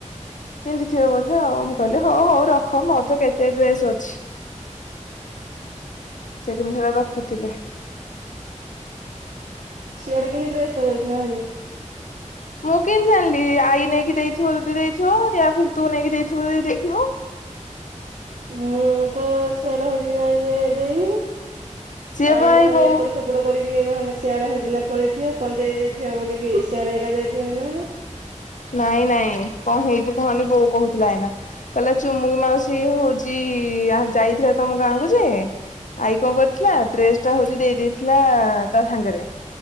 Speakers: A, on the left (about 80°); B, on the right (about 70°).
A: ପିନ୍ଧିଥିବେ ବୋଧେ ଆଉ ମୁଁ କହିଲି ହଉ ହଉ ରଖ ମୋର ତ କେତେ ଡ୍ରେସ ଅଛି। ସେ କିନ୍ତୁ ସେଟା ରଖିଥିଲେ।
B: ସିଆଡେ କେମିତିଷ୍ଟା ଯାଇଥିଲା ଭରି
A: ମୁଁ କେମତି ଜାଣିଲି ଆଈ ନେଇକି ଦେଇଥିବ ଯଦି ଦେଇଥିବଉ ୟା ଫିର ତୁ ନେଇକି ଦେଇଥିବୁ ଯଦି ଦେଇଥିବୁ।
B: ମୁଁ ତ ସିଆଡା ହଉଛି ନାଇ ଏ ଏଇନି।
A: ସିଏ
B: ଆଇ
A: ପା
B: ନହେଲେ
A: ଏଇ ବୋଉ
B: ଏପଟ ସେପଟ କରିକି ନହଲେ ସିଆଡେ ହଜିନା ପଳେଇଥିବ କନ୍ଦଇଯାଇଥିବ ବୋଲିକି ସିଆଡେ ଏକା ଯାଇଥିବ ନହେଲେ।
A: ନାଇଁ ନାଇଁ କଣ ହେଇଛି କହନି ବୋଉ କହୁଥିଲା ଏଇନା କହିଲା ଚୁମୁକି ମାଉସୀ ହଉଛି ଯାଇଥିଲା ତମ ଗାଁ କୁ ଯେ ଆଈ କଣ କରିଥିଲା ଡ୍ରେସ ଟା ହଉଛି ଦେଇ ଦେଇେଦେଇଥିଲା ତା ସାଙ୍ଗରେ